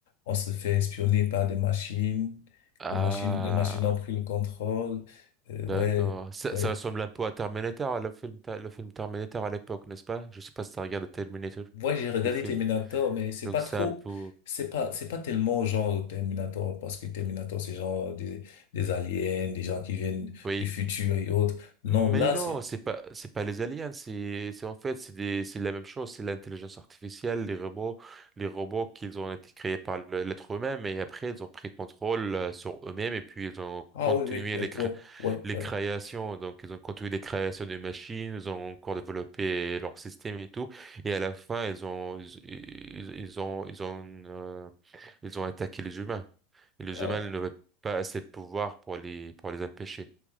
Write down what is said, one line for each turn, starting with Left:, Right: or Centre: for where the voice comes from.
Left: on se fait espionner par des machines,
Right: Ah,
Left: les machines, les machines ont pris le contrôle. Euh,
Right: d'accord.
Left: ouais,
Right: Ça,
Left: ouais.
Right: ça ressemble un peu à Terminator, le film, le film Terminator à l'époque, n'est-ce pas? Je sais pas si tu regardes Terminator,
Left: Moi, j'ai regardé
Right: le film.
Left: Terminator, mais c'est
Right: Donc
Left: pas
Right: c'est
Left: trop,
Right: un peu,
Left: c'est pas, c'est pas tellement genre Terminator, parce que Terminator, c'est genre des, des aliens, des gens qui viennent
Right: oui.
Left: du futur et autres. Non,
Right: Mais
Left: là,
Right: non,
Left: c'est
Right: c'est pas, c'est pas les aliens, c'est, c'est en fait, c'est des, c'est la même chose, c'est l'intelligence artificielle, les robots, les robots qu'ils ont été créés par le- l'être humain, et après ils ont pris contrôle euh, sur eux-mêmes et puis ils ont
Left: Ah
Right: continué
Left: oui, oui, oui,
Right: les
Left: oui, oui,
Right: les
Left: oui.
Right: créations. Donc, ils ont continué les créations des machines, ils ont encore développé leur système et tout. Et à la fin, ils ont, ils, ils- ils ont, ils ont, euh, ils ont attaqué les humains. Et les
Left: Euh,
Right: humains n'avaient pas assez de pouvoir pour les, pour les empêcher.